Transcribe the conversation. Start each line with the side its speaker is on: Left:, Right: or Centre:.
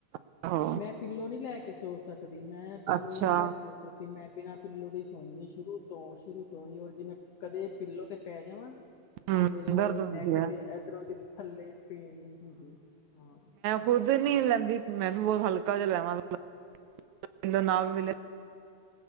Right: ਹਾਂ
Left: ਮੈਂ ਪਿੱਲੋਂ ਨੀ ਲੈ ਕੇ ਸੋ ਸਕਦੀ ਕਦੀ ਮੈਂ ਪਿੱਲੋ
Right: ਅੱਛਾ
Left: ਨੀ ਲੈ ਕੇ ਸੋ ਸਕਦੀ। ਮੈਂ ਬਿਨਾਂ ਪਿੱਲੋ ਦੇ ਈ ਸੌਨੀ ਆਂ ਸ਼ੁਰੂ ਤ ਤੋਂ ਸ਼ੁਰੂ ਤੋਂ ਹੀ ਔਰ ਜੇ ਮੈਂ ਕਦੇ ਪਿੱਲੋ ਤੇ ਪੈ ਜਾਵਾਂ
Right: ਹਮ
Left: ਤੇ ਮੇਰੇ ਓਹ
Right: ਦਰਦ ਹੁੰਦੀ
Left: ਨੈਕ
Right: ਹੈ
Left: ਤੇ ਇਦਰੋਂ ਦੀ ਥੱਲੇ ਪੇਨ ਹੁੰਦੀ ਐ, ਹਾਂ।
Right: ਖੁੱਦ ਨੀ ਲੈਂਦੀ ਮੈਨੂੰ ਬੋਤ ਹਲਕਾ ਜਿਹਾ ਲੈਣਾ <unintelligible> ਮਿਲੇ ਨਾ ਮਿਲੇ